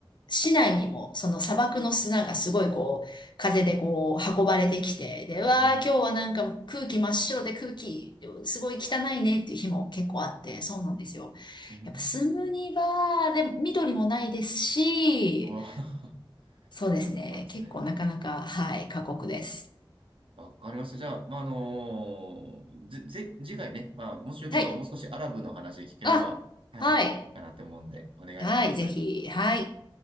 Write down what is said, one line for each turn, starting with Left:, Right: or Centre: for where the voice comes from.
Left: 市内にもその砂漠の砂がすごいこう風でこう運ばれてきて、で、うわー今日はなんか空気真っ白で空気すごい汚いねっていう日も結構あって、
Right: うん、
Left: そうなんですよ。
Right: うん。
Left: やっぱ住むには、で、緑もないですし、
Right: わあ、
Left: そうですね。
Right: <laughs> そうなんですね。
Left: 結構なかなか、はい、過酷です。
Right: わかりました。じゃあ、まあ、あのーぜ、ぜ、次回ね、まあ、もしよければもう少しアラブの話聞ければ、
Left: はい。あ、
Right: はい、
Left: はい。
Right: かなと思うんで、お願いします。
Left: はい、ぜひ、はい。